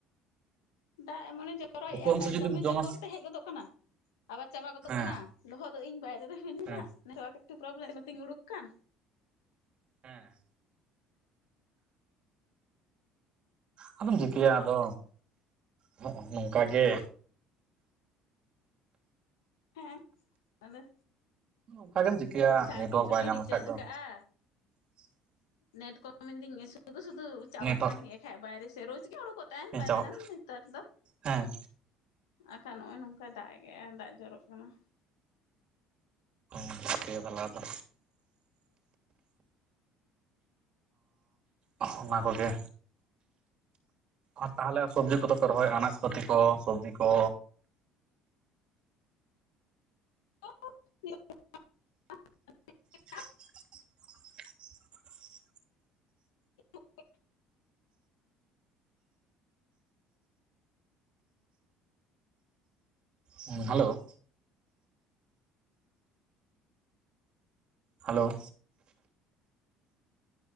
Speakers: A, on the left; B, on the right.
A: ᱫᱟᱜ ᱮᱢᱚᱱᱮ ᱡᱚᱨᱚᱭᱮᱜᱼᱟ
B: ᱦᱟᱹᱠᱩ ᱟᱢᱥᱤ ᱡᱩᱫᱤᱢ
A: ᱫᱚᱢᱮ
B: ᱡᱚᱢᱟ
A: ᱡᱳᱨ ᱛᱮ ᱦᱮᱡ ᱜᱚᱫᱚᱜ ᱠᱟᱱᱟ, ᱟᱵᱟᱨ ᱪᱟᱵᱟ ᱜᱚᱫᱚᱜ
B: ᱦᱮᱸ
A: ᱠᱟᱱᱟ ᱞᱚᱦᱚᱫ ᱫᱚ ᱤᱧ ᱵᱟᱭᱨᱮ ᱨᱮ ᱢᱤᱱᱤᱡᱟ
B: ᱦᱮᱸ
A: ᱱᱮᱴᱣᱟᱨᱠ ᱮᱠᱴᱩ ᱯᱨᱚᱵᱞᱮ ᱱᱚᱛᱮᱧ ᱩᱰᱩᱠ ᱠᱟᱱ᱾
B: ᱦᱮᱸ᱾ ᱟᱫᱚᱢ ᱪᱤᱠᱟᱹᱭᱟ ᱟᱫᱚ ᱱᱚᱸᱜ-ᱱᱚᱝᱠᱟ ᱜᱮ
A: ᱦᱮᱸ ᱟᱫᱚ
B: ᱚᱱᱠᱟ ᱜᱮᱢ ᱪᱤᱠᱟᱹᱭᱟ
A: ᱤᱧ ᱥᱟᱲᱮ
B: ᱱᱮᱴᱣᱟᱨᱠ
A: ᱛᱤᱱᱥᱚ
B: ᱵᱟᱭ
A: ᱴᱟ
B: ᱧᱟᱢ
A: ᱤᱧ ᱨᱤᱪᱟᱨᱡᱽ
B: ᱞᱮᱠᱷᱟᱡ ᱫᱚ
A: ᱠᱟᱜᱼᱟ
B: <inaudible>
A: ᱱᱮᱴ ᱠᱚᱢ ᱮᱱ ᱛᱤᱧ ᱤᱥᱩ ᱥᱩᱫᱩ ᱥᱩᱫᱩ ᱪᱟᱵᱟᱜ
B: ᱱᱮᱴᱣᱟᱨᱠ
A: ᱠᱟᱱ ᱛᱤᱧ ᱮᱠᱷᱟᱡ ᱵᱟᱭᱨᱮ ᱥᱮ ᱨᱳᱡᱜ ᱜᱮ ᱩᱰᱩᱠᱚᱜ ᱛᱟᱦᱮᱸᱱ ᱵᱟᱭᱨᱮ
B: ᱪᱟᱵᱟᱜ
A: ᱨᱮᱱ ᱱᱮᱛᱟᱨ ᱫᱚ᱾
B: ᱦᱮᱸ᱾
A: ᱟᱠᱷᱟᱱ ᱱᱚᱸᱜᱼᱚᱭ ᱱᱚᱝᱠᱟᱭ ᱫᱟᱜ ᱜᱮᱟᱭ ᱫᱟᱜ ᱡᱚᱨᱚᱜ ᱠᱟᱱᱟ᱾
B: ᱚ <unintelligible> ᱵᱟᱞᱟ ᱫᱚ, ᱚᱸᱜ ᱚᱱᱟ ᱠᱚᱜᱮ ᱟᱨ ᱛᱟᱦᱞᱮ ᱥᱚᱵᱽᱡᱤ ᱠᱚᱫᱚ ᱯᱮ ᱨᱚᱦᱚᱭᱮᱜᱼᱟ ᱟᱱᱟᱡᱽ ᱯᱟᱹᱛᱤ ᱠᱚ ᱥᱚᱵᱽᱡᱤ ᱠᱚ?
A: <unintelligible>
B: <inaudible>
A: <unintelligible>
B: ᱦᱩᱸ ᱦᱮᱞᱳ᱾ ᱦᱮᱞᱳ᱾